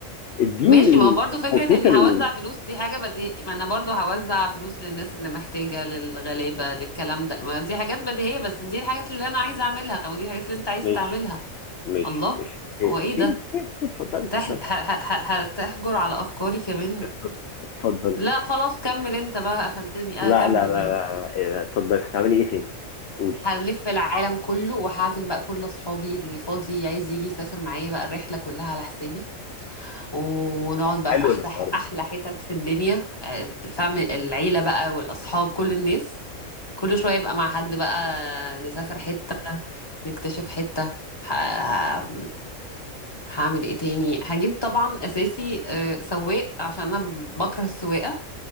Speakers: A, on the left; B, on the left.
A: اديني
B: ماشي
A: ال-
B: ما هو برضه
A: الخطوط
B: فكرة اني
A: ال...
B: هوزع فلوس دي حاجة بدي ما انا برضه هوزع فلوس للناس اللي محتاجة للغلابة للكلام ده
A: يعني
B: ما دي حاجات بديهية بس دي الحاجات اللي انا عايزة اعملها ودي الحاجات اللي انت عايز
A: ماشي
B: تعملها
A: ماشي
B: الله
A: ماشي اوكي
B: هو
A: اوكي
B: ايه ده
A: اوكي اوكي اتفضلي
B: هتح...
A: اتفضلي
B: ه...
A: اتفضلي
B: ه... ه- هتحجر على افكاري كمان
A: اتفضلي اتفضلي.
B: لا خلاص كمل انت بقى قفلتني
A: لا
B: اه كمل
A: لا لا لا
B: يعني
A: لا، إيه، اتفضلي هتعملي ايه تاني؟ قولي
B: هنلف العالم كله وهعزم بقى كل اصحابي اللي فاضي عايز يجي يسافر معايا بقى الرحله كلها على حسابي ونقعد بقى
A: حلو
B: في احلى
A: الحوار ده
B: احلى حتت في الدنيا آه، الفم العيله بقى والاصحاب كل الناس كل شويه يبقى مع حد بقى نسافر حته نكتشف حته ه... ه- هعمل ايه تاني هجيب طبعا اساسي آه، سواق عشان انا بكره السواقه